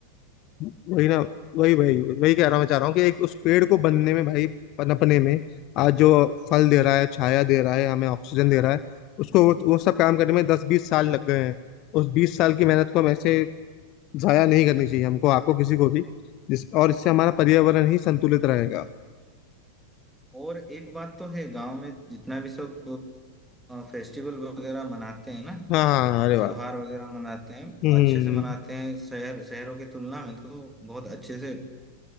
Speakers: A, on the left; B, in the centre.
A: वही ना वही वही
B: तो
A: वही कह रहा मैं चाह रहा हूँ कि एक उस पेड़ को बनने में भाई पनपने में आज जो फल दे रहा है छाया दे रहा है हमें ऑक्सीजन दे रहा है उसको
B: जी
A: वो,
B: जी
A: वो सब काम करने में दस बीस साल लग गए हैं उस बीस साल की मेहनत को हम ऐसे जाया नहीं करनी चाहिए हमको आपको किसी को भी जिस और इससे हमारा पर्यावरण ही संतुलित रहेगा
B: और एक बात तो है गांव में जितना भी सब फेस्टिवल वगैरह मनाते हैं ना
A: हाँ हाँ
B: जो
A: अरे वाह
B: त्योहार वगैरह मनाते हैं
A: हम्म
B: अच्छे से मनाते हैं शहर शहरों की तुलना में तो बहुत अच्छे से